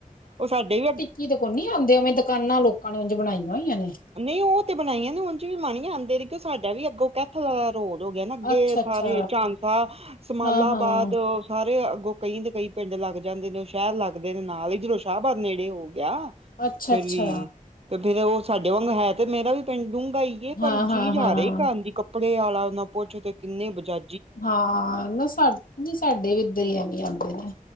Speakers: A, on the right (about 45°); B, on the left (about 80°).
A: ਉਹ ਸਾਡੇ ਵੀ
B: ਕੀਦੇ ਕੋਨੀ ਆਂਦੇ ਉਵੇਂ ਦਕਾਨਾ ਲੋਕਾਂ ਨੇ ਉੰਝ ਬਣਾਈਆਂ ਹੋਈਆਂ ਨੇ।
A: ਨਹੀਂ ਉਹ ਤੇ ਬਣਾਈਆਂ ਨੇ ਉਂਝ ਚ ਵੀ ਮਾਨੀਆਂ ਆਂਦੇ ਨੇ ਕਿ ਸਾਡਾ ਵੀ ਅੱਗੋਂ ਕੈਥਲ ਰੋਡ ਹੋ ਗਿਆ ਨਾ ਅੱਗੇ
B: ਅੱਛਾ
A: ਸਾਰੇ
B: ਅੱਛਾ
A: ਝਾਂਸਾ, ਸਮਾਲਾਬਾਦ
B: ਹਾਂ ਹਾਂ
A: ਸਾਰੇ ਅੱਗੋਂ ਕਈ ਦੇ ਕਈ ਪਿੰਡ ਲੱਗ ਜਾਂਦੇ ਨੇ ਸ਼ਹਿਰ ਲੱਗਦੇ ਨੇ ਨਾਲ, ਈਧਰੋ ਸ਼ਾਹਬਾਦ ਨੇੜੇ ਹੋ ਗਿਆ।
B: ਅੱਛਾ
A: ਫੇਰ
B: ਅੱਛਾ
A: ਵੀ ਤੇ ਫੇਰ ਉਹ ਸਾਡੇ ਵਾਂਗ ਹੈ ਤੇ ਮੇਰਾ ਵੀ ਪਿੰਡ ਡੂੰਘਾ ਈ ਕਿ
B: ਹਾਂ
A: ਪਰ ਚੀਜ਼
B: ਹਾਂ ਹਾਂ
A: ਆ ਰਹੀ ਕਾਨ ਦੀ ਕੱਪੜੇ ਆਲਾ ਨਾ ਪੋਛ ਕਿੰਨੇ ਬਜਾ
B: ਹਾਂ ਨਾ ਸਾ ਨਹੀਂ ਸਾਡੇ ਵੀ ਇੱਧਰ ਹੀ ਐਵੇਂ ਈ ਆੰਦੇ ਨੇ।